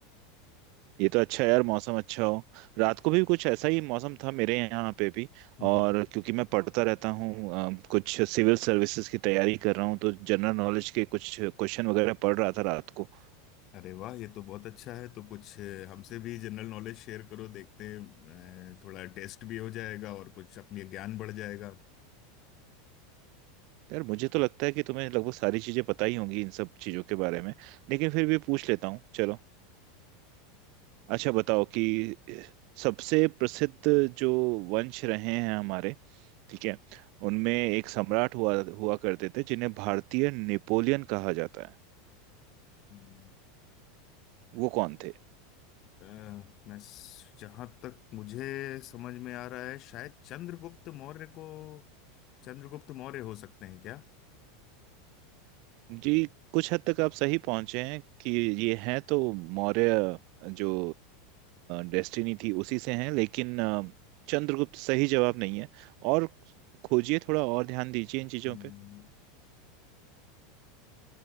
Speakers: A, on the right; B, on the left.
A: ये तो अच्छा है यार मौसम अच्छा हो रात को भी कुछ ऐसा ही मौसम था मेरे यहाँ पे भी
B: हम्म, हम्म।
A: और क्योंकि मैं पढ़ता रहता हूँ अ, कुछ सिविल सर्विसेज की तैयारी कर रहा हूँ तो जनरल नॉलेज के कुछ क्वेश्चन वगैरह पढ़ रहा था रात को
B: अरे वाह ये तो बहुत अच्छा है तो कुछ अ, हमसे भी जनरल नॉलेज शेयर करो देखते हैं अ, थोड़ा टेस्ट भी हो जाएगा और कुछ अपनी ज्ञान बढ़ जाएगा
A: यार मुझे तो लगता है कि तुम्हें लगभग सारी चीजें पता ही होंगी इन सब चीजों के बारे में लेकिन फिर भी पूछ लेता हूँ चलो अच्छा बताओ कि सबसे प्रसिद्ध जो वंश रहे हैं हमारे ठीक है उनमें एक सम्राट हुआ हुआ करते थे जिन्हें भारतीय नेपोलियन कहा जाता है
B: हम्म।
A: वो कौन थे
B: अ, मैं जहां तक मुझे समझ में आ रहा है शायद चंद्रगुप्त मौर्य को चंद्रगुप्त मौर्य हो सकते हैं क्या
A: जी कुछ हद तक आप सही पहुंचे हैं कि ये हैं तो मौर्य जो डेस्टिनी थी उसी से हैं लेकिन अ, चंद्रगुप्त सही जवाब नहीं है और खोजिए थोड़ा और ध्यान दीजिए इन चीजों
B: हम्म,
A: पे